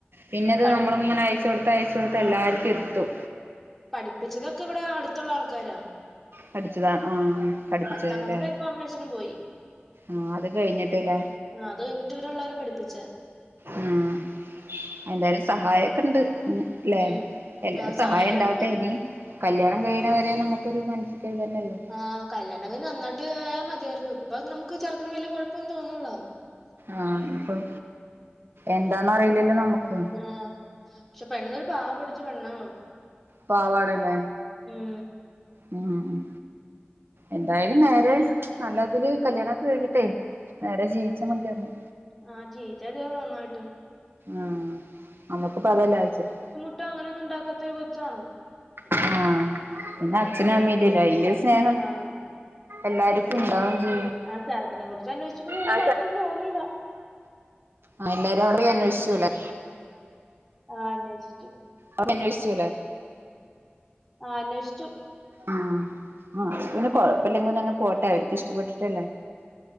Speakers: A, on the right; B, in the centre.
A: പിന്നെത്
B: പഠിപ്പി
A: നമ്മള് ഇങ്ങനെ അയച്ച് കൊടുത് തയച്ച കൊടുത്തഎല്ലാർക്കു
B: ആ
A: എത്തും
B: പഠിപ്പിച്ചതൊക്കെ ഇവിടെ അടു ത്തു ള്ള ആൾക്കാരാ
A: പഠിച്ചതാ ആ.. പഠിപ്പിച്ചതല്ലേ
B: പത്താം ക്ലാസ്സിലായപ്പോ അമ്മേം അച്ഛനും പോയി
A: ആ അത് കഴിഞ്ഞിട്ടിലെ
B: ആ അത് കഴിഞ്ഞിട്ട് ഇവരെള്ളോരെ പഠിപ്പിച്ച.
A: ഉം. എന്തായാലും സഹായം ഒക്കെണ്ട് ല്ലെ
B: ഉം
A: എല്ലാരും
B: ആ സഹായൊക്കെ
A: സഹായം ണ്ടാവട്ടെ
B: ഉണ്ട്
A: ഇനി കല്യാണം കഴിഴ്ണ വരെ നമുക്കൊരു മനസ്സ്ക്കരു ഇതന്നല്ലേ
B: ആഹ് കല്യാണൊക്കെഞ്ഞ് നന്നായിട്ട് <unintelligible> മതിയായിരുന്നു. ഇപ്പൊ നമുക്ക് ചെറുക്കന് വല്ല കൊഴപ്പൊന്നും തോന്നുല്ല
A: ആഹ പ്പം എന്താന്നറിയിലല്ലോ നമുക്ക്
B: ആഹ, ക്ഷെ പെണ്ണൊരു പാവം പിടിച്ച പെണ്ണാണ്.
A: പാവാടല്ലെ.
B: ഉം
A: ഉം. ഉം. എന്തായാലും നേരെ നല്ല തില് കല്യാണൊക്കെ കഴിഞ്ഞിട്ടേ നേരെ ജീവിച്ചാ മതിയായിരുന്നു.
B: ആ ജീവിച്ചാ <unintelligible> നന്നായിട്ട്
A: ആഹ് നമ്മക്ക്പ്പൊ അതല്ലെ ആ <unintelligible>
B: ട്ട് അങ്ങനെ ഒന്നും ണ്ടാക്കാത്തൊരു കൊച്ചാണ്.
A: ആഹ്. പിന്ന
B: ഉം
A: അച്ഛനും അമ്മീല്ലല്ലോ. അയിന്റെരു സ്നേഹ
B: ആഹ്
A: എല്ലാര്ക്കും ണ്ടാവും ചെയ്യും.
B: ആ ചറക്കനെ കുറച്ച് അന്വേഷിച്ചപ്പൊ വല്ല്യ
A: ആ
B: കൊഴപ്പൊന്നും തോന്നീല്ല.
A: ആ എല്ലാരുവടെപ്പോയി അന്വേഷിച്ചുല്ലേ
B: ആ അന്വേഷിച്ചു.
A: അ <unintelligible> ച്ചൂലേ
B: ആഹ് അന്വേഷിച്ചു.
A: ആ ആ. പിന്നെ കൊഴപ്പല്ലെങ്കി പിന്നെ അങ്ങനെ പോട്ടെ അവർക്ക് ഇഷ്ടപ്പെട്ടിട്ടല്ലേ